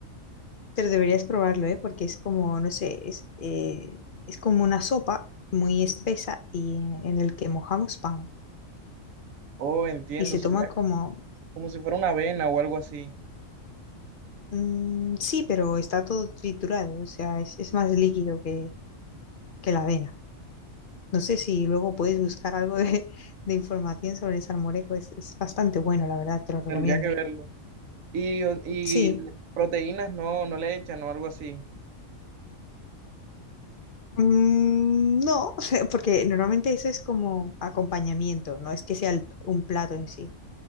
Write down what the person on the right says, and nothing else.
oh, entiendo,
sería
como si fuera una avena o algo así.
Tendría que verlo. Y, y
proteínas no, no le echan o algo así.